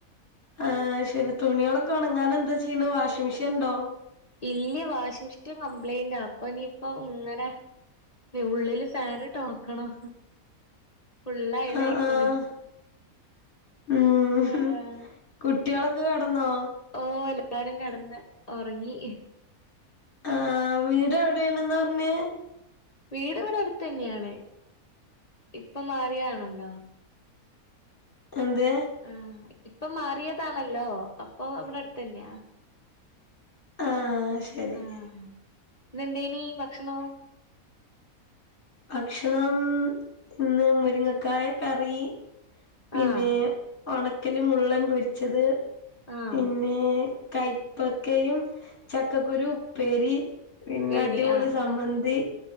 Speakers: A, on the left (about 50°); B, on the left (about 25°).
A: ആഹ് ശരി തുണികളൊക്കെ ഉണങ്ങാനൻ എന്താ ചെയ്യണ വാഷിംഗ് മെഷീൻ ഉണ്ടോ
B: ഇല്ല വാഷിംഗ് മെഷീൻ കംപ്ലൈന്റ് അപ്പൊ നീയിപ്പ ഇങ്ങനെ ഉള്ളില് ഫാനിട്ട് ഉണക്കണം ഫുൾ അയൽ
A: ആഹ്
B: അയികന്
A: ആഹ് ഉം
B: ആഹ
A: കുട്ടികളൊക്കെ കടന്നോ
B: ഓ എല്ലാരും കടന്ന് ഉറങ്ങി
A: ആഹ് വീട് എവിടെയാണെന്ന് പറഞ്ഞത്
B: വീട് ഇവടെ അടുത്തന്നെണ് ഇപ്പൊ മാറിയാണല്ലോ.
A: എന്ത്?
B: ആഹ് ഇപ്പ മാറിയതാണല്ലോ അപ്പൊ ഇവടെ അടുത്തെന്നെയാ.
A: ആഹ് അയ് ശരി.
B: ആഹ് ഇന്നെന്തേനി ഭക്ഷണോ?
A: ഭക്ഷണം ഇന്ന് മുരിങ്ങക്കായ കറി. പിന്നെ
B: ആഹ്
A: ഒണക്കല് മുള്ളൻ പൊരിച്ചത്
B: ആഹ്
A: പിന്നെ. കൈപ്പക്കയും ചക്കക്കുരു ഉപ്പേരി. പിന്നെ
B: ഉപ്പേരി
A: അടിപൊളി
B: ആഹ്
A: സമ്മന്തി